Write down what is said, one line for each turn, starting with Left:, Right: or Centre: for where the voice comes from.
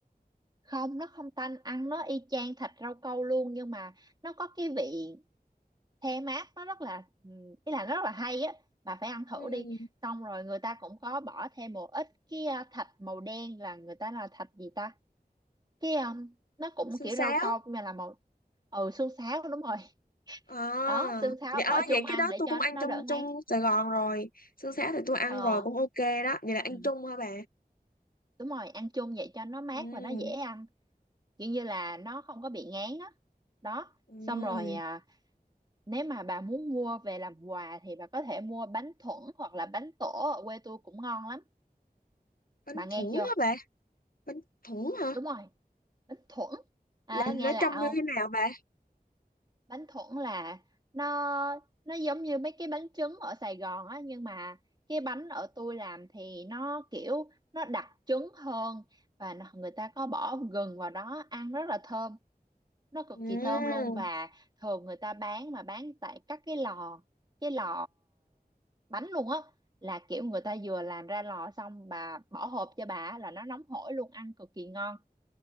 Right: không nó không tanh ăn nó y chang thịt rau câu luôn nhưng mà nó có cái vị the mát nó rất là ừ, ý là nó rất là hay á bà phải ăn thử
Left: Ừ.
Right: đi xong rồi người ta cũng có bỏ thêm một ít cái ờ, thạch màu đen là người ta là thạch gì ta cái ờ, nó cũng
Left: xương
Right: kiểu
Left: sáo
Right: rau câu nhưng mà là màu ừ xương sáo đúng rồi
Left: à
Right: <laughs> đó xương sáo
Left: dạ ờ,
Right: bỏ chung
Left: vậy
Right: ăn
Left: cái đó
Right: để
Left: tôi
Right: cho
Left: cũng ăn
Right: nó
Left: trong
Right: đỡ
Left: trong
Right: ngán
Left: Sài Gòn rồi xương sáo thì tôi ăn
Right: ờ
Left: rồi cũng ok đó vậy là ăn
Right: Ừ.
Left: chung hả bà
Right: đúng rồi ăn chung vậy cho nó mát
Left: ừ
Right: và nó dễ ăn kiểu như là nó không có bị ngán á đó.
Left: ừ
Right: xong rồi à, nếu mà bà muốn mua về làm quà thì bà có thể mua bánh thuẫn hoặc là bánh tổ ở quê tôi cũng ngon lắm
Left: bánh
Right: bà nghe
Left: thủng
Right: chưa
Left: hả bà bánh thủng hả
Right: đúng rồi bánh thuẫn à,
Left: là
Right: nghe
Left: nó
Right: lạ
Left: trông
Right: không
Left: như thế nào bà
Right: bánh thuẫn là nó nó giống như mấy cái bánh trứng ở Sài Gòn á nhưng mà cái bánh ở tôi làm thì nó kiểu nó đặc trứng hơn và nó- người ta có bỏ gừng vào đó ăn rất là thơm nó cực
Left: ừ
Right: kỳ thơm luôn và thường người ta bán mà bán tại các cái lò cái lò bánh luôn á là kiểu người ta vừa làm ra lò xong bà bỏ hộp cho bà á, là nó nóng hổi luôn ăn cực kỳ ngon